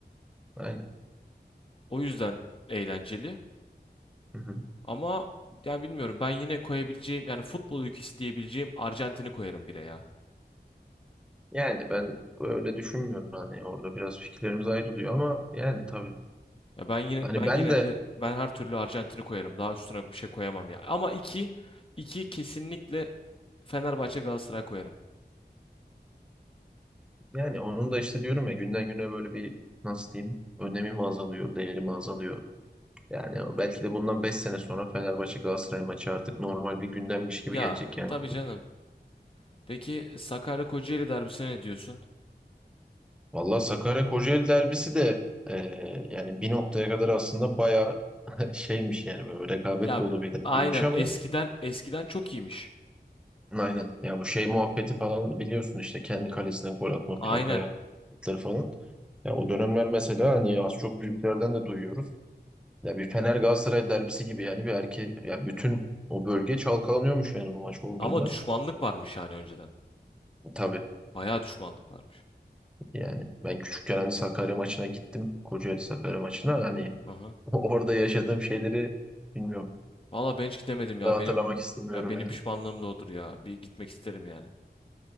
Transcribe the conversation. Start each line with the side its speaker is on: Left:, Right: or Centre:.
Centre: Aynen.
Left: O yüzden eğlenceli.
Centre: Hı hı.
Left: Ama ya bilmiyorum ben yine koyabileceğim yani futbol ülkesi diyebileceğim Arjantin'i koyarım bire ya.
Centre: Yani ben öyle düşünmüyorum hani orada biraz fikirlerimiz ayrılıyor ama yani tabii.
Left: Ya ben yine
Centre: Hani
Left: ben
Centre: ben
Left: yine
Centre: de
Left: de ben her türlü Arjantin'i koyarım. Daha üstüne bir şey koyamam ya. Ama iki iki kesinlikle Fenerbahçe Galatasaray koyarım.
Centre: yani onun da işte diyorum ya günden güne böyle bir nasıl diyeyim önemi mi azalıyor, değeri mi azalıyor. Yani belki de bundan 5 sene sonra Fenerbahçe Galatasaray maçı artık normal bir gündemmiş gibi
Left: Ya
Centre: gelecek yani.
Left: tabii canım. Peki Sakarya Kocaeli derbisine ne diyorsun?
Centre: Valla Sakarya Kocaeli derbisi de e, yani bir noktaya kadar aslında bayağı <laughs> şeymiş yani böyle rekabet
Left: Ya
Centre: dolu bir derbiymiş
Left: aynen
Centre: ama
Left: eskiden eskiden çok iyiymiş.
Centre: aynen ya bu şey muhabbeti falan biliyorsun işte kendi kalesine gol atma
Left: Aynen.
Centre: plakaya atları falan. Ya o dönemler mesela hani az çok büyüklerden de duyuyoruz. Ya bir Fener Galatasaray derbisi gibi yani bir erki ya bütün o bölge çalkalanıyormuş yani bu maç olduğunda.
Left: Ama düşmanlık varmış yani önceden.
Centre: Tabii
Left: Bayağı düşmanlık varmış.
Centre: yani ben küçükken hani Sakarya maçına gittim. Kocaeli Sakarya maçına yani
Left: Aha.
Centre: <laughs> orada yaşadığım şeyleri bilmiyorum.
Left: Valla ben hiç gidemedim ya.
Centre: Daha
Left: Benim
Centre: hatırlamak istemiyorum
Left: ya benim
Centre: yani.
Left: pişmanlığım da odur ya. Bir gitmek isterim yani.